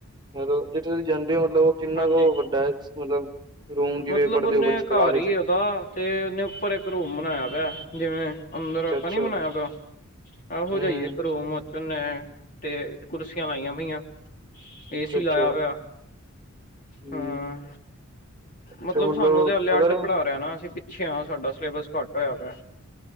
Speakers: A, on the right (about 20°); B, on the left (about 40°).
A: ਮਤਲਬ ਜਿਥੇ ਤੁਸੀਂ ਜਾਂਦੇ ਹੋ ਮਤਲਬ ਉਹ ਕਿੰਨਾ
B: ਹਾਂਜੀ
A: ਕੁ ਉਹ ਵੱਡਾ ਹੈ ਮਤਲਬ ਰੂਮ ਜਿਵੇਂ
B: ਮਤਲਬ
A: ਪੜ੍ਹਦੇ
B: ਓਨੇ
A: ਹੋ ਬੱਚੇ ਕਲਾਸ
B: ਘਰ
A: ਵਿੱਚ
B: ਹੀ ਉਹਦਾ ਤੇ ਉਹਨੇ ਉੱਪਰ ਇੱਕ ਰੂਮ ਬਣਾਇਆ ਪਿਆ ਜਿਵੇਂ ਅੰਦਰ
A: ਅੱਛਾ-ਅੱਛਾ,
B: ਆਪਾਂ ਨੀ ਬਨਾਇਆ ਤ ਆਹੋ
A: ਹੂੰ,
B: ਜਾਈਏ ਇੱਕ ਰੂਮ ਤੇ ਕੁਰਸੀਆਂ ਲਾਈਆਂ ਪਈਆਂ
A: ਅੱਛਾ-ਅੱਛਾ,
B: ਏਸੀ ਲਾਇਆ ਹੋਇਆ।
A: ਹੂੰ
B: ਹਾਂ ਮਤਲਬ
A: ਅੱਛਾ
B: ਸਾਨੂੰ ਤੇ ਹਲੇੇ
A: ਅਗਰ
B: ਅੱਡ ਪੜ੍ਹਾ ਰਿਹਾ ਨਾ ਅਸੀਂ ਪਿੱਛੇ ਹ ਸਾਡਾ ਸਿਲੇਬਸ ਘੱਟ ਹੋਇਆ ਪਿਆ।